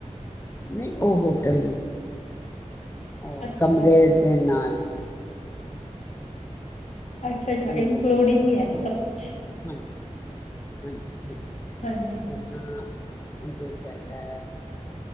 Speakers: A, on the left; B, on the left.
A: ਨਹੀਂ ਉਹ ਹੋਟਲ ਉਹ
B: ਅੱਛਾ
A: ਕਮਰੇ
B: ਅੱਛਾ
A: ਦੇ ਨਾਲ <inaudible>
B: ਅੱਛਾ ਅੱਛਾ
A: ਕਮਰੇ
B: ਇਨਕਲੂਡਿੰਗ
A: ਨਾਲ
B: ਹੈ
A: ਹਾਂ
B: ਸਭ ਕੁਛ
A: ਹਜੀ ਹਾਂਜੀ ਹਾਂਜੀ
B: ਹਾਂਜੀ
A: ਜਿਸ ਤਰ੍ਹਾਂ <inaudible> ਉਹਦੇ ਚ ਹੈਗਾ